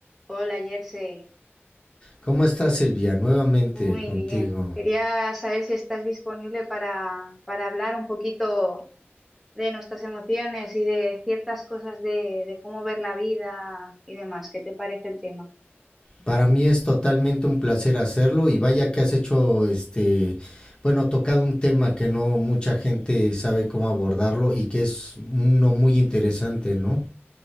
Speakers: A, in the centre; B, on the left (about 20°).
A: Hola, Jersey.
B: ¿Cómo estás, Silvia? Nuevamente
A: Muy
B: contigo.
A: bien. Quería saber si estás disponible para, para hablar un poquito de nuestras emociones y de ciertas cosas de, de cómo ver la vida y demás. ¿Qué te parece el tema?
B: Para mí es totalmente un placer hacerlo y vaya que has hecho este, bueno, tocado un tema que no mucha gente sabe cómo abordarlo y que es uno muy interesante, ¿no?